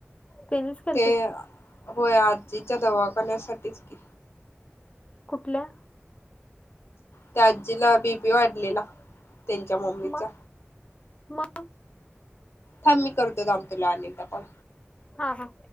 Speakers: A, on the left; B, on the left.
A: त्यांनीच केलतीत
B: ते होय आजीच्या दवाखान्यासाठीच की,
A: कुठल्या?
B: त्या आजीला बीपी वाढलेला त्यांच्या मम्मीचा
A: मग मग
B: थांब मी करतो थांब तुला अनेकदा कॉल
A: हा हा!